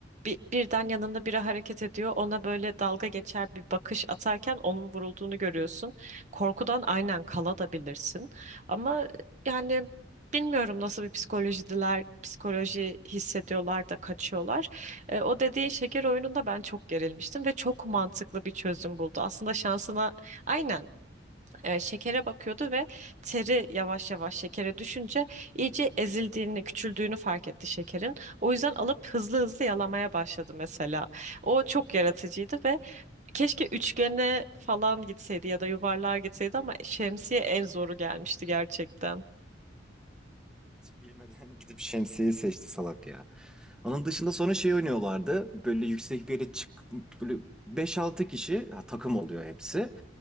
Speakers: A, on the right; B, in the centre.
A: Bir, birden yanında biri hareket ediyor. Ona böyle dalga geçer bir bakış atarken onun vurulduğunu görüyorsun. Korkudan aynen kala da bilirsin. Ama yani bilmiyorum nasıl bir psikolojidiler, psikoloji hissediyorlar da kaçıyorlar. E, o dediğin şeker oyununda ben çok gerilmiştim ve çok mantıklı bir çözüm buldu. Aslında şansına aynen e, şekere bakıyordu ve teri yavaş yavaş şekere düşünce iyice ezildiğini, küçüldüğünü fark etti şekerin. O yüzden alıp hızlı hızlı yalamaya başladı mesela. O çok yaratıcıydı ve keşke üçgene falan gitseydi ya da yuvarlığa gitseydi ama şemsiye en zoru gelmişti gerçekten.
B: Evet, bilmeden <laughs> gidip şemsiyeyi seçti salak ya. Onun dışında sonra şey oynuyorlardı. Böyle yüksek bir yere çık böyle beş altı kişi ha, takım oluyor hepsi.